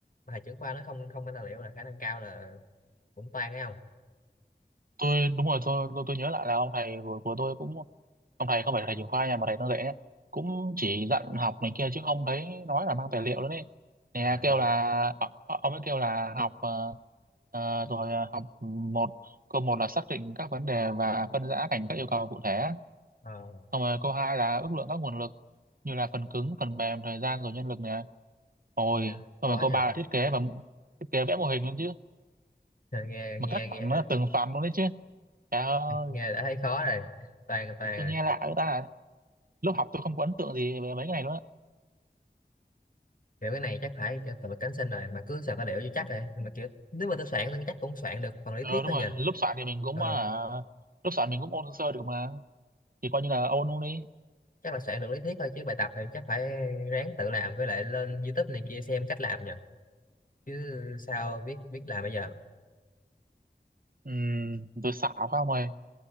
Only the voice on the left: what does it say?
Mà thầy trưởng khoa nó không không mang tài liệu là khả năng cao là cũng toan nghe không
Ờ,
ờ,
ờ,
nghe
khó
nha
nghe nghe
nghe
nghe
nghe đã thấy khó rồi toàn toàn
rồi
kiểu cái này chắc phải cho tụi mình cánh sinh rồi mà cứ soạn tài liệu cho chắc rồi mà kiểu nếu mà tôi soạn thì chắc cũng soạn được phần lý
thuyết
thôi
nha
ờ,
chắc là soạn được lý thuyết thôi chứ bài tập thì chắc phải ráng tự làm với lại lên YouTube này kia xem cách làm nha chứ sao biết biết làm bây giờ